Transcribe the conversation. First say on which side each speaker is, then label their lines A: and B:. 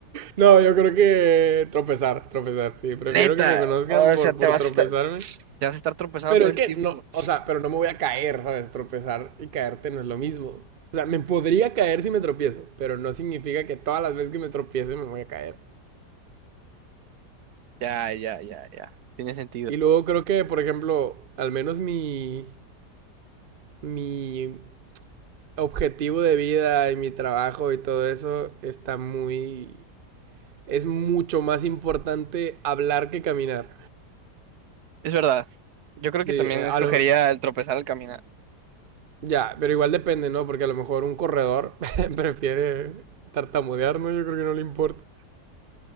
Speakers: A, on the right; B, on the right.
A: No, yo creo que tropezar, tropezar. Sí, prefiero
B: Neta,
A: que me conozcan
B: o
A: por,
B: sea, te
A: por
B: vas
A: tropezarme.
B: a estar. Te vas a estar tropezando
A: Pero
B: todo
A: es
B: el
A: que
B: tiempo.
A: no, o sea, pero no me voy a caer, ¿sabes? Tropezar y caerte no es lo mismo. O sea, me podría caer si me tropiezo, pero no significa que todas las veces que me tropiece me voy a caer.
B: Ya, ya, ya, ya. Tiene sentido.
A: Y luego creo que, por ejemplo, al menos mi, mi objetivo de vida y mi trabajo y todo eso está muy... Es mucho más importante hablar que caminar.
B: Es verdad. Yo creo
A: Sí,
B: que
A: eh,
B: también escogería
A: a lo,
B: el tropezar al caminar.
A: ya, pero igual depende, ¿no? Porque a lo mejor un corredor <laughs> prefiere tartamudear, ¿no? Yo creo que no le importa.